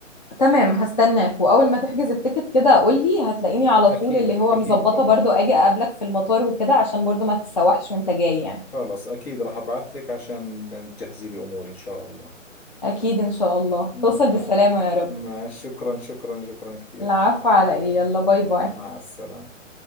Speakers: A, on the left; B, on the left.
A: تمام هستناك واول ما تحجز التيكت كده قول لي هتلاقيني على
B: اكيد
A: طول اللي هو
B: اكيد
A: مظبطه
B: طبعا
A: برضو اجي اقابلك في المطار وكده عشان برضو ما تتسوحش وانت جاي يعني
B: خلص اكيد راح ابعث لك عشان تجهزي لي اموري ان شاء الله
A: اكيد ان شاء الله
B: مع
A: توصل بالسلامه يا رب
B: ما شكرا شكرا شكرا كثير
A: العفو على ايه يلا باي باي
B: مع السلامة